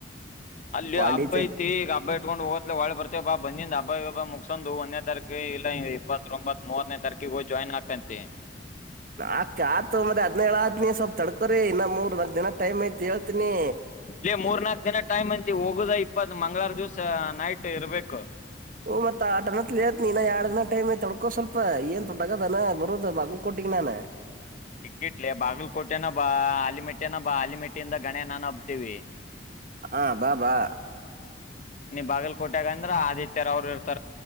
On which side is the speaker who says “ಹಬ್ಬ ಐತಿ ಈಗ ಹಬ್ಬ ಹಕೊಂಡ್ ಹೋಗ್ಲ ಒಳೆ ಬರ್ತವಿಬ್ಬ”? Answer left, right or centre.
Left